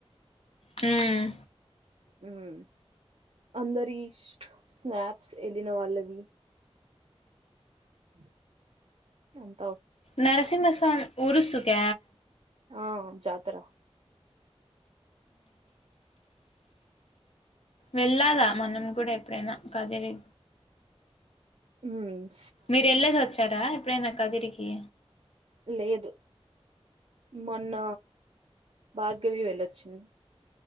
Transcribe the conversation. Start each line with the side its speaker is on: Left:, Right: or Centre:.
Left: హ్మ్
Right: హ్మ్మ్ అందరి ష్ స్నాప్స్ వెళ్ళిన వాళ్ళవి <unintelligible>
Left: నరసింహస్వామ్ ఉరుసుక్య
Right: ఆ జాతర ఆ
Left: వెళ్ళాదా మనం కూడా ఎప్పుడైనా కదిలి
Right: మ్
Left: మీరు ఎళ్లేసి ఒచ్చారా ఎప్పుడైనా కదిరికి
Right: లేదు మొన్న భార్గవి వెళ్లొచ్చింది